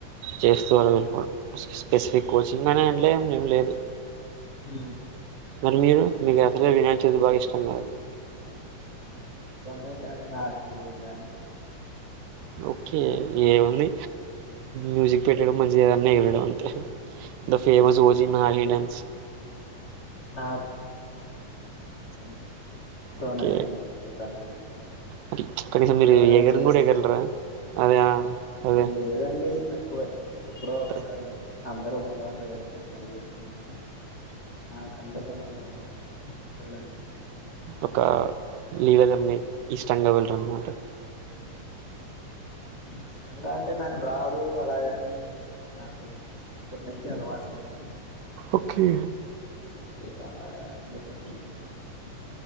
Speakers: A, on the right; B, on the left.
A: చేస్తూ అలా వెళ్ళిపోవడం స్పెసిఫిక్ కోచింగ్ అనే అంట్లో ఏ ఏం లేదు.
B: ఆ
A: మరి మీరు మీకు అసలే వినా చేది బాగా ఇష్టన్నారు.
B: మయ కనీ నాక న్
A: ఓకే ఏముంది మ్యూజిక్ పెట్టడం మంచిగా ఏదన్నలడం అంతే. ఫేమస్ ఓజీ మహలి డాన్స్.
B: నా న్ సో
A: ఓకే.
B: నేను కొంచెం దూరంగానే ఉంటాన్నా
A: మరి కనీసం మీరు
B: దూరం
A: ఎగరను
B: చేస్తే
A: గూడా ఎగరలేరా? అదే ఆ! అదే
B: లేదండి. కువే. ఎప్పుడో ఒకసారి
A: త
B: అంతడి అందరు వల వె ట్రై చేస్తారు గానీ నా కందుకనే ఆ ఎలానండి
A: ఒక లీలగాని ఈష్టంగా వెళ్లరు అన్నమాట
B: ఇష్టంగా అంటే నాకు రాదు అలాగని నాకు చిన్నప్పటి నుంచి అలవాటులేదండి.
A: ఓకే.
B: కే కాల అందుకు <unintelligible>